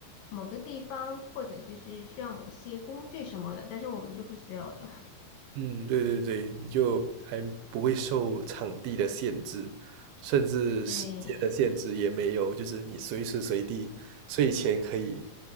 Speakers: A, on the left (about 75°); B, on the right (about 80°).
A: 某个地方，或者就是需要某些工具什么的，但是我们就不需要的。
B: 嗯，对对对，就还不会受场地的限制，甚至时间的限制也没有，
A: <laughs> 对，
B: 就是你随时随地睡前可以